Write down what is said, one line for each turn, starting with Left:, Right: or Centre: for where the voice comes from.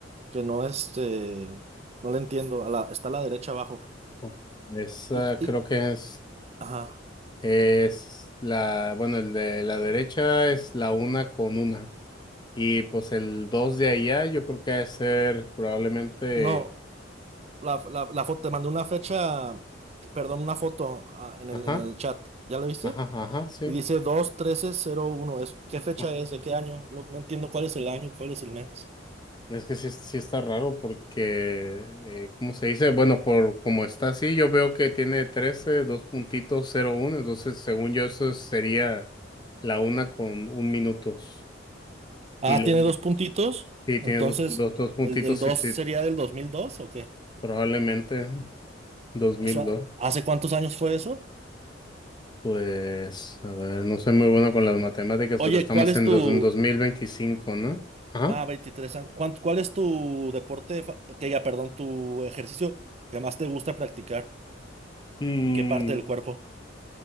Right: que no este, no le entiendo, a la, está a la derecha abajo.
Left: ujú. Esa
Right: Y,
Left: creo
Right: y,
Left: que es,
Right: ajá,
Left: es la, bueno, el de la derecha es la una con una. Y pues el dos de allá yo creo que ha de ser probablemente
Right: no, la, la, la foto, te mandé una fecha, perdón, una foto ah, en el,
Left: Ajá,
Right: en el chat, ¿ya la viste?
Left: ajá, ajá, sí.
Right: Y dice dos trece cero uno es, ¿qué fecha
Left: No,
Right: es? ¿De qué año? Lo- no entiendo cuál es el año y cuál es el mes.
Left: es que sí, sí está raro porque, eh, ¿cómo se dice? Bueno, por como está así, yo veo que tiene trece, dos puntitos, cero uno. entonces según yo eso sería la una con un minutos.
Right: Ah,
Left: Y lo,
Right: tiene dos puntitos,
Left: sí,
Right: entonces,
Left: tiene dos, dos, dos puntitos,
Right: ¿el del
Left: sí,
Right: 2
Left: sí,
Right: sería del 2002 o qué?
Left: probablemente dos. mil
Right: Eso-
Left: dos.
Right: ¿hace cuántos años fue eso?
Left: Pues, a ver, no soy muy bueno con las matemáticas,
Right: Oye,
Left: pero estamos
Right: ¿cuál es
Left: en,
Right: tu,
Left: dos, en dos mil veinticinco, ¿no? Ajá.
Right: Ah, 23 años. Juan, ¿Cuál es tu deporte, fa- que ya, perdón, tu ejercicio que más te gusta practicar
Left: Mm,
Right: y qué parte del cuerpo?